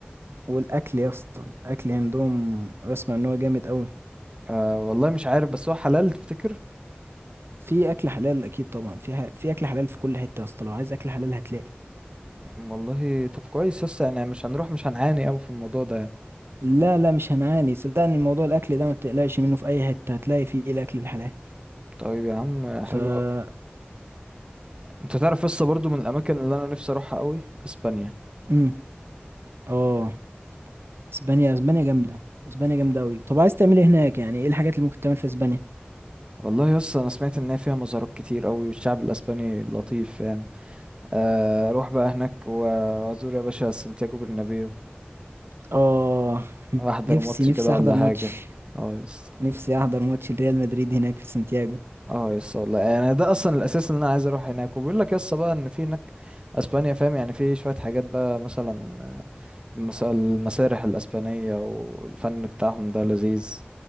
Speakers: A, on the right; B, on the right.
A: والاكل يا اسطى الاكل عندهم بسمع ان هو جامد قوي
B: أه والله مش عارف بس هو حلال تفتكر
A: في اكل حلال اكيد طبعا في ح... في اكل حلال في كل حته يا اسطى لو عايز اكل حلال هتلاقي
B: والله طب كويس يس يعني مش هنروح مش هنعاني قوي في الموضوع ده يعني
A: لا لا مش هنعاني صدقني موضوع الاكل ده ما تقلقش منه في اي حته هتلاقي فيه الاكل الحلال
B: طيب يا عم حلو
A: فالشوارع
B: قوي انت تعرف يس برضو من الاماكن اللي انا نفسي اروحها قوي اسبانيا
A: امم اه اسبانيا اسبانيا جامده اسبانيا جامده قوي طب عايز تعمل ايه هناك يعني ايه الحاجات اللي ممكن تعمل في اسبانيا
B: والله يا اسطى انا سمعت ان هي فيها مزارات كتير قوي والشعب الاسباني لطيف فاهم آه، اروح بقى هناك و- وازور يا باشا سانتياغو برنابيو
A: اه
B: احضر
A: نفسي
B: ماتش
A: نفسي
B: كده ولا
A: احضر ماتش
B: حاجه اه يا اسطى
A: نفسي احضر ماتش ريال مدريد هناك في سانتياغو
B: اه يا اسطى والله يعني ده اصلا الاساس ان انا عايز اروح هناك وبيقول لك يا اسطى بقى ان في هناك اسبانيا فاهم يعني في شويه حاجات بقى مثلا آه، المس- المسارح الاسبانيه والفن بتاعهم ده لذيذ